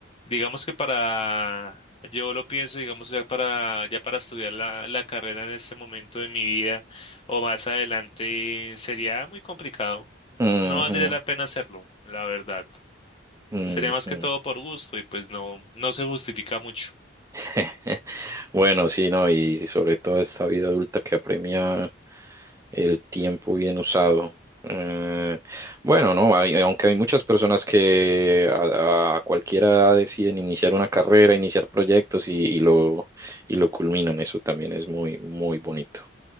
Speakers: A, on the left (about 30°); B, on the right (about 15°).
A: Digamos que para, yo lo pienso, digamos ya para, ya para estudiar la, la carrera en este momento de mi vida o más adelante sería muy complicado.
B: Ujú,
A: No valdría la pena hacerlo, la verdad.
B: ujú.
A: Sería más que todo por gusto y pues no, no se justifica mucho.
B: <laughs> Bueno, sí, no, y sobre todo esta vida adulta que apremia el tiempo bien usado. Eh, bueno, no, hay- aunque hay muchas personas que a, a cualquier edad deciden iniciar una carrera, iniciar proyectos y, y lo, y lo culminan, eso también es muy, muy bonito.